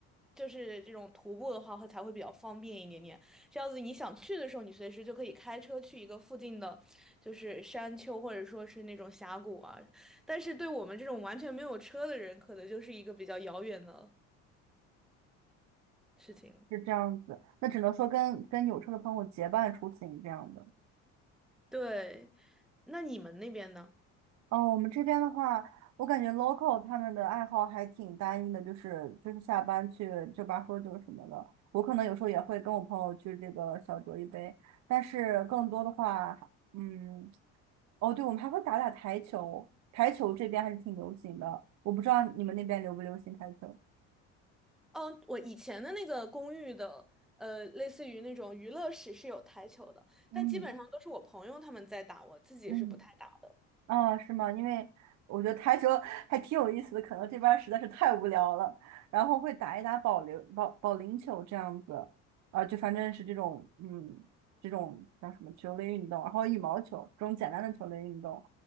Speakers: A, in the centre; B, on the right.
A: 就是这种徒步的话会才会比较方便一点点。这样子你想去的时候，你随时就可以开车去一个附近的，就是山丘或者说是那种峡谷啊。但是对我们这种完全没有车的人，可能就是一个比较遥远的事情了。
B: 是这样子，那只能说跟跟有车的朋友结伴出行这样的。
A: 对，那你们那边呢？
B: 哦，我们这边的话，我感觉 local 他们的爱好还挺单一的，就是就是下班去酒吧喝酒什么的。我可能有时候也会跟我朋友去这个小酌一杯，但是更多的话，嗯，哦，对，我们还会打打台球，台球这边还是挺流行的。我不知道你们那边流不流行台球。
A: 嗯，我以前的那个公寓的，呃，类似于那种娱乐室是有台球的，
B: 嗯
A: 但基本上都是我朋友他们在打，我自己是不太打的。
B: 嗯。啊，是吗？因为我觉得台球还挺有意思的，可能这边儿实在是太无聊了，然后会打一打保龄保保龄球这样子，啊，就反正是这种嗯这种叫什么球类运动，然后羽毛球这种简单的球类运动，